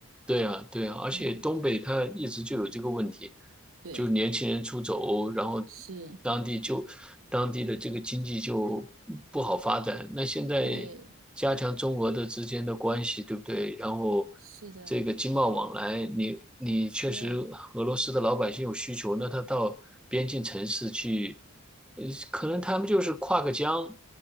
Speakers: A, in the centre; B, on the right.
A: 对啊，对啊，而且东北它一直就有这个问题，
B: 嗯，对，
A: 就是年轻人出走，然后
B: 是，
A: 当地就当地的这个经济就不好发展。那现在加强中俄的之间的关系，
B: 对，
A: 对不对？然后
B: 是的，
A: 这个经贸往来，你你确实俄罗斯的老百姓有需求，
B: 对，
A: 那他到边境城市去，呃，可能他们就是跨个江，